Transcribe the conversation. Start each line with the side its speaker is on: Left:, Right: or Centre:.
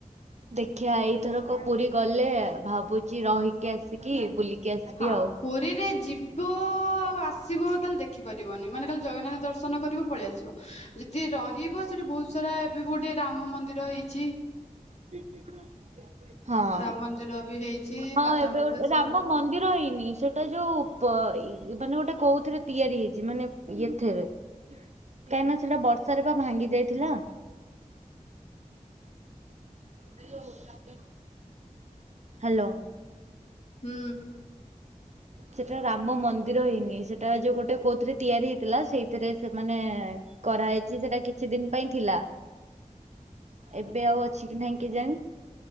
Right: ଦେଖିିବା ଏଇଥର କ ପୁରୀ ଗଲେ ଭାବୁଛି ରହିକି ଆସିକି ବୁଲିକି ଆସିବି
Left: ହଁ
Right: ଆଉ।
Left: ପୁରୀରେ ଯିବୁ ଉ ଆଉ ଆସିବୁ ତାହେଲେ ଦେଖିପାରିବନି ମାନେ ଖାଲି ଜଗନାଥ ଦର୍ଶନ କରିବ ପଳେଇ ଆସିବ। ଯଦି ରହିବ ସେଠି ବହୁତ ସାରା ଏବେ ଗୋଟେ ରାମ ମନ୍ଦିର ହେଇଛି।
Right: ିକ ହଁ
Left: ରାମ ମନ୍ଦିର ବି ହେଇଛି
Right: ହଁ
Left: ମାତା
Right: ଏବେ
Left: ମଠ
Right: ଗୋଟେ
Left: ସେ
Right: ରାମ
Left: ର
Right: ମନ୍ଦିର ହେଇନି ସେଟା ଗୋଟେ ଯୋଉ ପ ମାନେ ଗୋଟେ କୋଉଥିରେ ତିଆରି ହେଇଛି ମାନେ ଏଥିରେ କାହିଁକି ନା ସେଟା ବର୍ଷାରେ ବା ଭାଙ୍ଗି ଯାଇଥିଲା। Hello <unintelligible> hello.
Left: ହୁଁ।
Right: ସେଟା ରାମ ମନ୍ଦିର ହେଇନି ସେଟା ଯୋଉ ଗୋଟେ କୋଉଥିରେ ତିଆରି ହେଇଥିଲା ସେଇଥିରେ ସେମାନେ କରାହେଇଛି ସେଟା କିଛି ଦିନ ପାଇଁ ଥିଲା। ଏବେ ଆଉ ଅଛି କି ନାଇଁ କେଜାଣି?